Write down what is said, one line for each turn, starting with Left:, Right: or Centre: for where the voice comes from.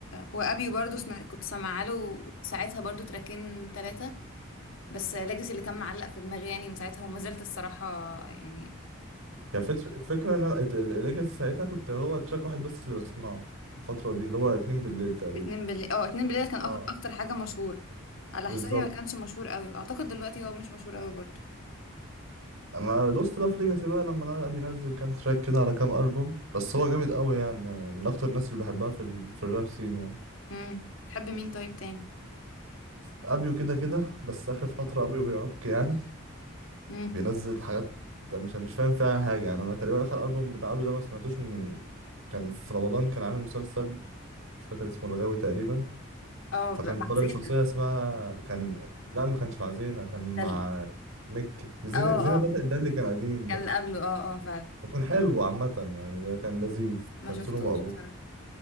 Left: وابي برضو سمع... كنت سامعه له ساعتها برضو تراكين ثلاثه بس ليجاسي اللي كان معلق في دماغي يعني من ساعتها وما زلت الصراحه يعني
Right: يعني فكرة الفكره ان انا الليجاسي ساعتها كنت هو تراك واحد بس اللي بسمعه الفتره دي اللي هو 2 بالليل تقريبا
Left: اتنين بالليل اه اتنين بالليل كان أك-
Right: اه
Left: اكتر حاجه مشهور على
Right: بالظبط
Left: حسابي ما كانش مشهور قوي اعتقد دلوقتي هو مش مشهور قوي برضو
Right: انا دوست بقى في ليجاسي بقى لما انا قاعد ينزل كام تراك كده على كام البوم بس هو جامد قوي يعني, يعني من اكتر الناس اللي بحبها في ال... في الراب سين يعني
Left: امم تحب مين طيب تاني
Right: ابيو كده كده بس اخر فتره ابيو بيعك يعني
Left: امم
Right: بينزل حاجات مش مش فاهم فيها حاجة يعني أنا تقريبا آخر ألبوم بتاع عبده ده ما سمعتوش من كان في رمضان كان عامل مسلسل مش فاكر اسمه الغاوي تقريبا
Left: اه
Right: فكان
Left: ب- محزين
Right: طالع بشخصية اسمها كان لا ما كانش مع زينة كان
Left: ده
Right: مع
Left: ال-
Right: مكي زينة,
Left: اه
Right: زينة ده
Left: اه
Right: ده اللي كان قديم
Left: كان
Right: ده
Left: اللي قبله اه اه فعلا
Right: وكان حلو عامة يعني ده كان لذيذ
Left: ما
Right: تمثيله
Left: شفتوش
Right: مقبول
Left: بصراحه